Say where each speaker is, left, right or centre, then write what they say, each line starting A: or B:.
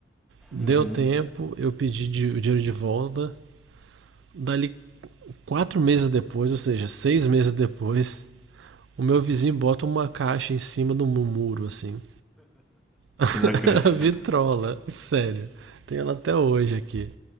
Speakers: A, on the right; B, in the centre.
A: Deu
B: Uhum.
A: tempo, eu pedi de- o dinheiro de volta. Dali quatro meses depois, ou seja, seis meses depois, o meu vizinho bota uma caixa em cima do muro, assim. <laughs>
B: Eu Não acredito.
A: A vitrola, sério. Tenho ela até hoje aqui.